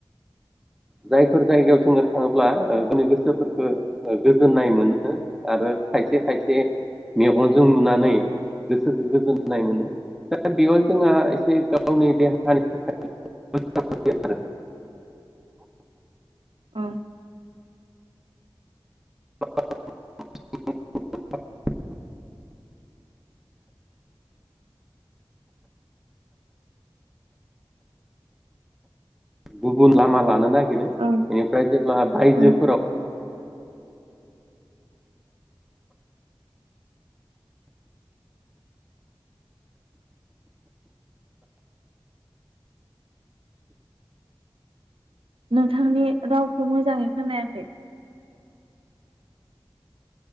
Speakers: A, in the centre; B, on the right.
A: जायफोर जायगायाव जोङो थाङोब्ला ओ बिदिनो गोसोफोरखौ गोजोननाय मोनो आरो खायसे खायसे मेगनजों नुनानै गोसोखौ गोजोन नाय मोनो दा बेयाव जोंहा एसे गावनि देहानि थाखाय <unintelligible>
B: ओ।
A: <unintelligible> गुबुन लामा लानो नागिरो बेनिफ्राय
B: औ
A: जेब्ला बायजोफोराव
B: औ नोंथांनि रावखौ मोजाङै खोनायाखै।